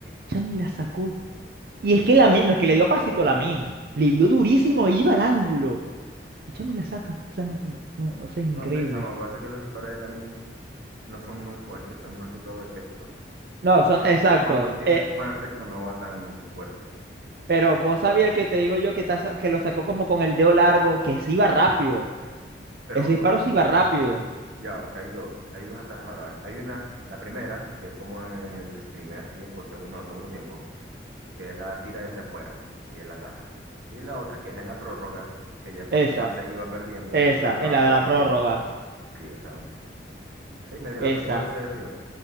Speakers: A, on the right; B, on the right.
A: Chamo, y la sacó. Y es que Lamine, no es que le dio pasito a Lamine, le dio durísimo, iba al ángulo. Y chamo, y la saca. O sea, no, no, no, no sé, es increíble.
B: No sé, chamo, parece que los disparos de Lamin no son muy fuertes, son más que todo efectos.
A: No, son,
B: Cuando,
A: exacto.
B: cuando un tiro
A: eh,
B: es así con efecto no va tan fuerte.
A: pero vos sabías el que te digo yo que, está sa- que lo sacó como con el dedo largo, que se iba rápido.
B: Pero
A: Ese disparo
B: oh,
A: se iba rápido.
B: ya, porque hay dos, hay dos atajadas. Hay una, la primera, que es como en el primer tiempo, segundo, no, segundo tiempo, que él la tira desde afuera y él la ataja. Y la otra, que es en la prórroga, que ya cuando
A: Esa,
B: el Barça iba perdiendo,
A: esa,
B: que iban rápido
A: en la de la
B: corriendo.
A: prórroga.
B: Sí, esa. Sí, medio
A: Esa.
B: la tocó y se desvió